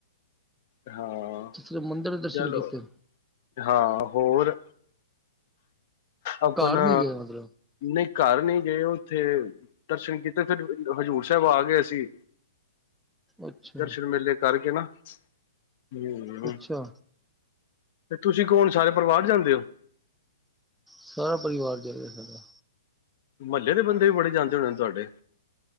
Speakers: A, on the left; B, in the centre.
A: ਹਾਂ।
B: ਤੇ ਫਿਰ, ਮੰਦਿਰ ਦੇ ਦਰਸ਼ਨ
A: ਚਲੋ
B: ਕੀਤੇ
A: ਹਾਂ, ਹੋਰ? ਆਪਣਾ
B: ਘਰ ਨੀ ਗਏ ਮਤਲਬ
A: ਨਹੀਂ ਘਰ ਨਹੀਂ ਗਏ, ਉੱਥੇ ਦਰਸ਼ਨ ਕੀਤੇ, ਫਿਰ ਹਜ਼ੂਰ ਸਾਹਿਬ ਆ ਗਏ ਅਸੀਂ।
B: ਅੱਛਾ
A: ਦਰਸ਼ਨ ਮੇਲੇ ਕਰਕੇ ਨਾ, ਹਮ।
B: ਅੱਛਾ
A: ਤੇ ਤੁਸੀਂ ਕੌਣ, ਸਾਰੇ ਪਰਿਵਾਰ ਜਾਂਦੇ ਹੋ?
B: ਸਾਰਾ ਪਰਿਵਾਰ ਜਾ ਰਿਹਾ ਸਾਡਾ
A: ਮੁਹੱਲੇ ਦੇ ਬੰਦੇ ਵੀ, ਬੜੇ ਜਾਂਦੇ ਹੋਣੇ ਨੇ, ਤੁਹਾਡੇ?